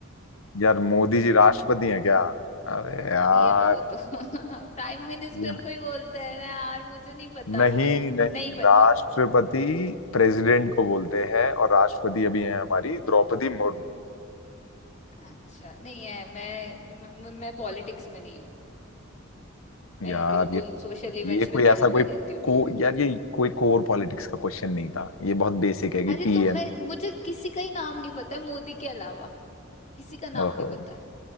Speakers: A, on the left; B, on the left.
A: यार मोदी जी राष्ट्रपति हैं क्या अरे यार
B: पीएम है वो तो <laughs> प्राइम मिनिस्टर
A: ये
B: को ही बोलते हैं ना यार मुझे नहीं पता
A: नहीं नहीं
B: नहीं पता
A: राष्ट्रपति प्रेसिडेंट को बोलते हैं और राष्ट्रपति अभी हैं हमारी द्रौपदी मुर्मू
B: अच्छा नहीं है मैं मैं, मैं पॉलिटिक्स में नहीं हूँ मैं
A: यार
B: बिल्कुल
A: ये
B: सोशल इवेंट्स
A: ये
B: पे
A: कोई
B: ध्यान
A: ऐसा
B: नहीं
A: कोई
B: देती हूँ
A: को
B: बिल्कुल
A: यार ये कोई कोर पॉलिटिक्स का क्वेश्चन नहीं था ये बहुत बेसिक है कि
B: अरे
A: पीएम
B: तो मैं मुझे किसी का ही नाम नहीं पता है मोदी के अलावा किसी का नाम
A: ओहो
B: नहीं पता है